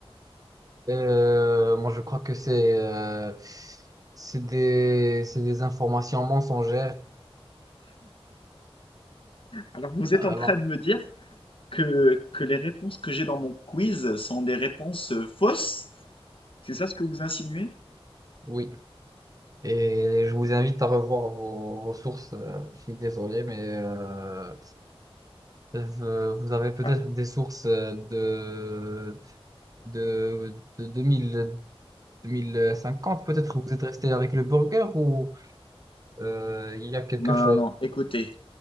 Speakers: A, on the right; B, on the left.
A: Euh, moi, je crois que c'est euh, c'est des, c'est des informations mensongères.
B: Alors, vous
A: Alors,
B: êtes en train de me dire que, que les réponses que j'ai dans mon quiz sont des réponses euh, fausses? C'est ça ce que vous insinuez?
A: oui. Et je vous invite à revoir vos, vos sources. Euh, Je suis désolé, mais euh, v- vous avez peut-être
B: Ah,
A: des sources euh, de, de, de 2000 2050, peut-être vous êtes resté avec le burger ou euh, il y a quelque
B: non,
A: chose.
B: non, non, écoutez.